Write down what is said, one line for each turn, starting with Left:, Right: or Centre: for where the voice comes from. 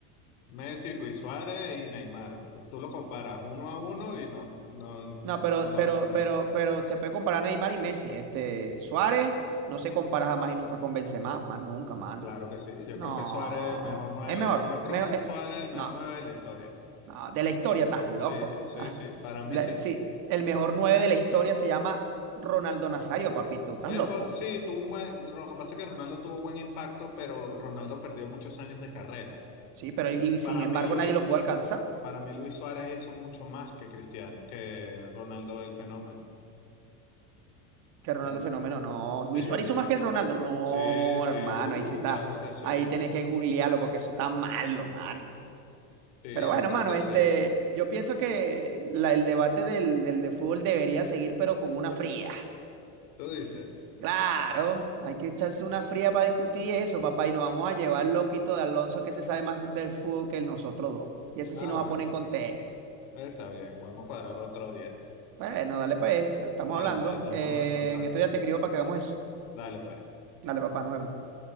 Left: Messi, Luis Suárez y Neymar. Tú lo comparas uno a uno y no, no,
Right: No, pero,
Left: no los
Right: pero,
Left: no.
Right: pero, pero se puede comparar a Neymar y Messi. Este, Suárez no se compara jamás y nunca con Benzema, más nunca, mano.
Left: Claro que sí. Yo
Right: No,
Left: creo que Suárez es el mejor nueve.
Right: es mejor.
Left: Yo creo
Right: mejor,
Left: que el
Right: eh,
Left: Suárez es el mejor
Right: no,
Left: nueve de la historia.
Right: no, de la historia, estás loco.
Left: Sí, sí,
Right: <laughs>
Left: sí. Para mí
Right: La-
Left: sí.
Right: sí, el mejor nueve de la historia se llama Ronaldo Nazario, papito, estás
Left: Es
Right: loco.
Left: po- sí, tuvo un buen. Lo que pasa es que Ronaldo tuvo buen impacto, pero Ronaldo perdió muchos años de carrera.
Right: Sí, pero y, y sin
Left: Para
Right: embargo
Left: mí, Luis,
Right: nadie lo pudo alcanzar.
Left: para mí, Luis Suárez hizo mucho más que Cristiano, que Ronaldo el fenómeno.
Right: Que Ronaldo
Left: L-
Right: es fenómeno, no.
Left: Sí,
Right: Luis Suárez hizo más que el Ronaldo, no,
Left: sí,
Right: hermano,
Left: sí. Uh,
Right: ahí sí está.
Left: claro que sí.
Right: Ahí tenés que googlearlo porque eso está malo, mano.
Left: Sí,
Right: Pero bueno,
Left: yo creo
Right: mano,
Left: que
Right: este,
Left: sí.
Right: yo pienso que la- el debate del, del de fútbol debería seguir, pero con una fría.
Left: Tú dices.
Right: Claro, hay que echarse una fría para discutir eso, papá, y nos vamos a llevar al loquito de Alonso que se sabe más del fútbol que nosotros dos. Y ese
Left: Ah,
Right: sí nos va
Left: bueno.
Right: a poner en contexto.
Left: Está bien. Vamos a cuadrar para otro día.
Right: Bueno, dale pues, estamos
Left: Dale,
Right: hablando.
Left: pues, estamos
Right: Eh,
Left: en contacto.
Right: en esto ya te escribo para que hagamos eso.
Left: Dale, pues.
Right: Dale, papá, nos vemos.